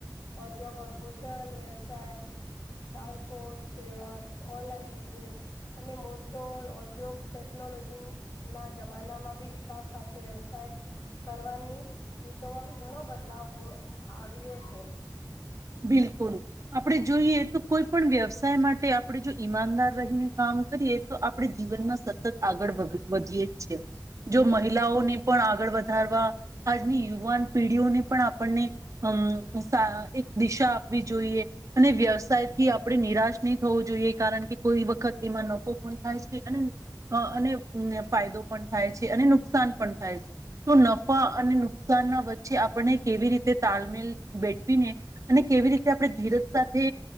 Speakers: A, on the left (about 60°); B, on the right (about 45°).
A: ઉદ્યોગ હોટલ વ્યવસાય ટ્રાન્સપોર્ટ સેવા ઓનલાઈન બિઝનેસ અને મોટો ઔદ્યોગ ટેકનોલોજીના જમાનામાં બી વિકાસ સાથે વ્યવસાય કરવાની રીતોમાં બી ઘણો બદલાવ આવ્યે છે
B: બિલકુલ આપ આપણે જોઈએ તો કોઈ પણ વ્યવસાય માટે આપણે જો ઈમાનદાર રહીને કામ કરીએ તો આપણે જીવનમાં સતત આગળ વધીયએ જ છે જો મહિલાઓને પણ આગળ વધારવા આજની યુવાન પીઢીઓને પણ આપણને અમ સારી દિશા આપવી જોઈએ અને વ્યવસાયથી આપણે નિરાશ નહીં થવો જોઈએ કારણ કે કોઈ વખત એમાં નફો પણ થાય છે અને અને ફાયદો પણ થાય છે અને નુકસાન પણ થાય છે તો નફા અને નુકસાન ના વચ્ચે આપણને કેવી રીતે તાલમેલ બેઠવીને અને કેવી રીતે આપણે ધીરજ સાથે